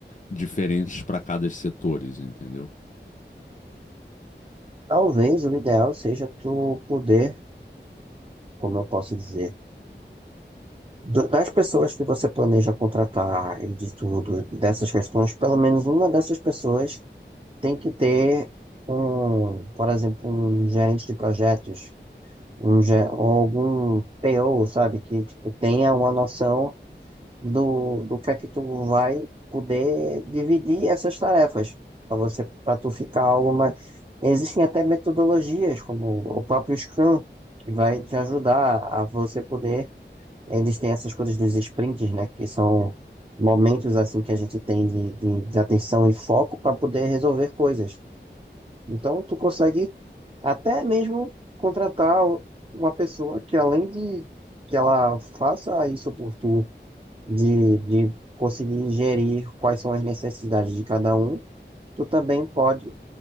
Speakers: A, on the left; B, on the right.
A: diferentes para cada setores, entendeu?
B: Talvez o ideal seja tu poder, como eu posso dizer, do- das pessoas que você planeja contratar e de tudo, e dessas questões, pelo menos uma dessas pessoas tem que ter um, por exemplo, um gerente de projetos, um, ge- ou algum PO, sabe, que tipo, tenha uma noção do, do que é que tu vai poder dividir essas tarefas para você, para tu ficar algo mais. Existem até metodologias, como o próprio Scrum, que vai te ajudar a você poder. Eles têm essas coisas dos sprints, né, que são momentos assim que a gente tem de, de, de atenção e foco para poder resolver coisas. Então, tu consegue até mesmo contratar o- uma pessoa que, além de que ela faça isso por tu, de, de conseguir gerir quais são as necessidades de cada um, tu também pode